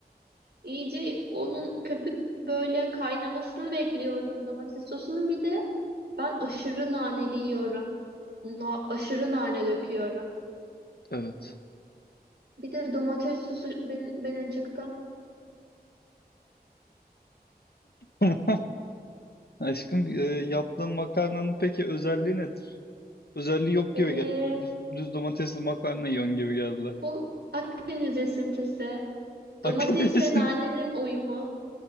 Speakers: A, on the right (about 85°); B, on the left (about 70°).
A: İyice onun köpük böyle kaynamasını bekliyorum domates sosunun. Bir de ben aşırı naneli yiyorum. Na- aşırı nane döküyorum.
B: Evet.
A: Bir de domates sosu ben, ben acıktım.
B: <laughs> Aşkım e, yaptığın makarnanın peki özelliği nedir? Özelliği yok
A: Ee,
B: gibi geldi. Bu Düz, düz domatesli makarna yiyorsun gibi geldi.
A: bu Akdeniz esintisi.
B: Hakikaten
A: Domates ve nanenin uyumu.